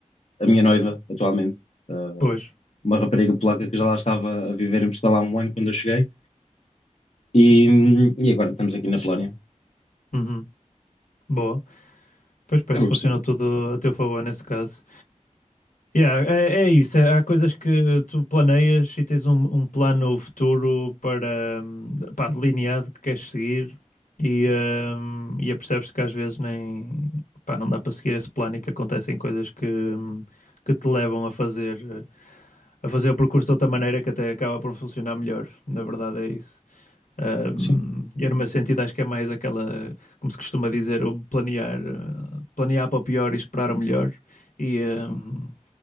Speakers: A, on the left; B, on the left.
A: a minha noiva, atualmente, eh,
B: Pois.
A: uma rapariga polaca que já lá estava a viver em Portugal há um ano quando eu cheguei, e, hum, e agora estamos aqui na Polónia.
B: Uhum. Boa. Pois parece
A: Acaba
B: que funcionou
A: por ser bom.
B: tudo a teu favor nesse caso. Yeah, é, é isso, é- há coisas que tu planeias e tens um, um plano futuro para, hum, pá, delineado que queres seguir e, hum, e apercebes-te que às vezes nem, pá, não dá para seguir esse plano e que acontecem coisas que, hum, que te levam a fazer, a fazer o percurso de outra maneira que até acaba por funcionar melhor, na verdade é isso.
A: Sim.
B: Hum, e no meu sentido acho que é mais aquela, como se costuma dizer, o planear, eh, planear para o pior e esperar o melhor. E, hum,